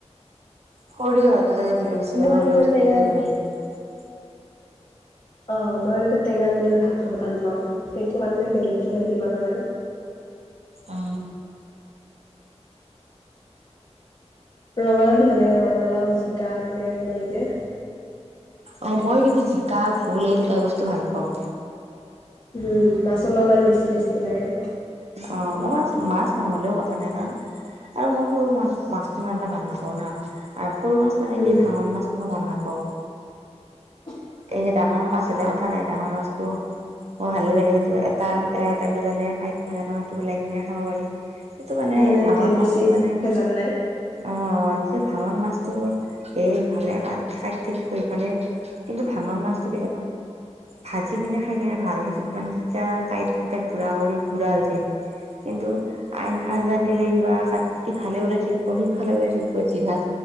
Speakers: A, on the right (about 65°); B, on the left (about 45°).
A: সৰিয়হতো তাতে দ বেছি ভাল
B: মই
A: সৰিয়হ
B: আৰু কিবা টেঙা
A: দিকেই বনাই। <unintelligible>
B: অ মই ক টেঙা যদি ভাত খাব টান পাওঁ সেইটো কাৰণে বেলেগ কিবা দিৰি বনাম আৰু <unintelligible>
A: অ
B: ৰঙালাও দি ভাল লাগে ৰঙালাও জিকা তেনেক বনাই যে
A: অ মই কিন্তু জিকা ভুল এই দুটা বস্তু ভাল পাওঁ।
B: উম মাছৰ লগত আৰু বেছি টেষ্টি লাগে।
A: অ মই মাছ মাছ নহলেও কথা নাই কাৰণ আৰু মই সৰু মাছ মাছটো ইমান এটা ভাল নাপাওঁ ন। আৰু সৰু মাছ মানে
B: উম,
A: কি ভাঙন মাছো মই ভাল নাপাওঁ।
B: <unintelligible>
A: এই যে ডাঙৰ মাছ হ'লে কথা নাই ডাঙৰ মাছতটো। ম ভালে লাগে সেইটো এটা এটা এটাডালে কাইত থাকে ন সেইটো ওলাই কিনে খাব পাৰি। সেইটো মানে এই
B: সেইটোৱে
A: ভাঙন
B: বেছি
A: মাছতটো মানে
B: ভেজাল নাই।
A: অ। ভাঙন মাছতটো সেফালে ক কা ইট থাকিব ইফালে কিন্তু ভাঙন মাছটো। ভাজি কিনে খাই কিনে ভাল সেইটোত মানে তেতিয়া কাইত ক গুৰা কৰি গুৰা হৈ যায়। কিন্তু আইন আঞ্জাত দিলে কিবা কাত ইফালে ওলাই থাকিব সিফালে উওলাই থাকিব যি ভাত